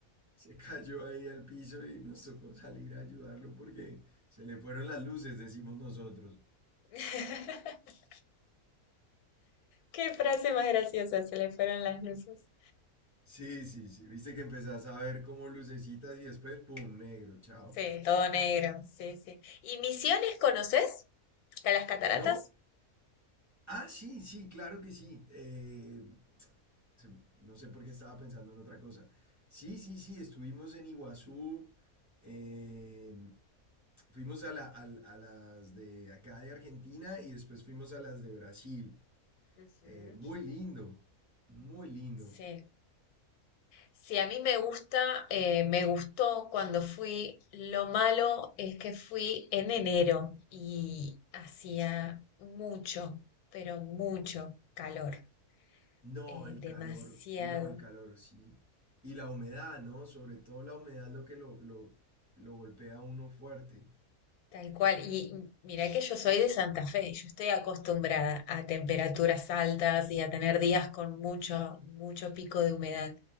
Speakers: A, on the right; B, on the left.
A: se cayó ahí al piso y nos tocó salir a ayudarlo porque se le fueron las luces, decimos nosotros.
B: <laughs> Qué frase más graciosa, se le fueron las luces.
A: Sí, sí, sí. Viste que empezás a ver como lucecitas y después, ¡pum! negro, chao.
B: Sí, todo negro, sí, sí. ¿Y Misiones conoces? ¿A las cataratas?
A: ¿No? Ah, sí, sí, claro que sí. Eh, se- no sé por qué estaba pensando en otra cosa. Sí, sí, sí, estuvimos en Iguazú, eh, fuimos a, la- al- a las de acá de Argentina y después fuimos a las de Brasil.
B: Ujú,
A: Eh, muy lindo, muy lindo.
B: Sí, sí, a mí me gusta, eh, me gustó cuando fui. Lo malo es que fui en enero y hacía mucho, pero mucho calor,
A: No,
B: eh,
A: el
B: demasiado.
A: calor, no, el calor, sí. Y la humedad, ¿no? Sobre todo la humedad lo que lo, lo, lo golpea a uno fuerte.
B: Tal cual. Y mira que yo soy de Santa Fe, yo estoy acostumbrada a temperaturas altas y a tener días con mucho, mucho pico de humedad,